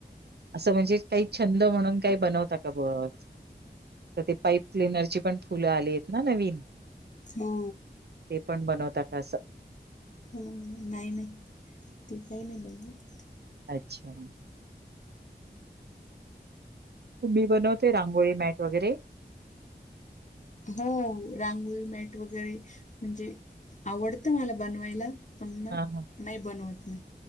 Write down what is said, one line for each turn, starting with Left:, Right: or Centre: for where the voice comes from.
Right: असं म्हणजे काही छंद म्हणून काही बनवता का बघ. तर ते पाईप क्लिनर ची पण फुलं आली आहेत ना नवीन
Left: हो.
Right: ते पण बनवता का असं
Left: हो नाही नाही ते काही नाही बनवत
Right: अच्छा मी बनवते रांगोळी मॅट वगैरे
Left: हो रांगोळी मेट वगैरे म्हणजे आवडतं मला बनवायला पण
Right: हा हा
Left: नाही बनवत मी